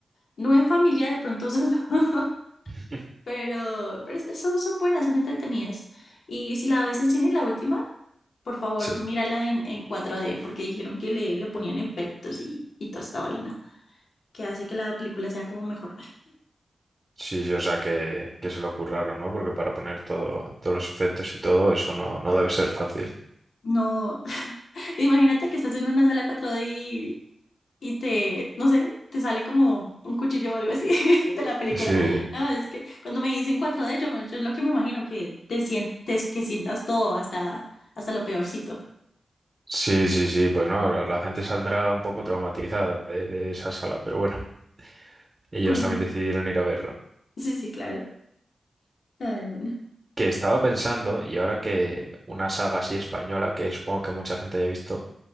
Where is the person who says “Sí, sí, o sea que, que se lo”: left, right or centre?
Right